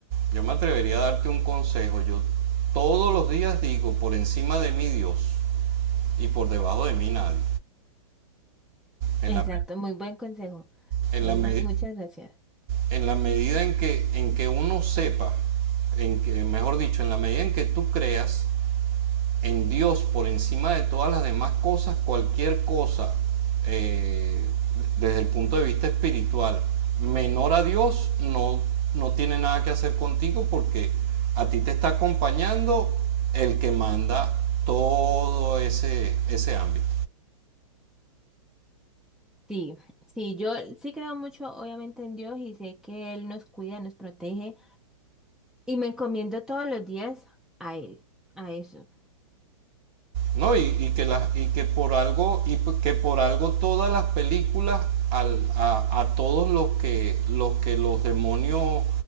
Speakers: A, on the right; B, in the centre.
A: yo me atrevería a darte un consejo. Yo todos los días digo, por encima de mí Dios y por debajo de mí nadie. En
B: Exacto,
A: la,
B: muy buen consejo.
A: en
B: Muy
A: la, me
B: buen- muchas gracias.
A: en la medida en que, en que uno sepa, en que, mejor dicho, en la medida en que tú creas en Dios por encima de todas las demás cosas, cualquier cosa eh, desde el punto de vista espiritual menor a Dios no, no tiene nada que hacer contigo porque a ti te está acompañando el que manda todo ese, ese ámbito.
B: Sí, sí, yo sí creo mucho, obviamente, en Dios y sé que Él nos cuida, nos protege y me encomiendo todos los días a Él, a eso.
A: ¿no? Y, y que las y que por algo y que por algo todas las películas al, a, a, todos los que los que los demonios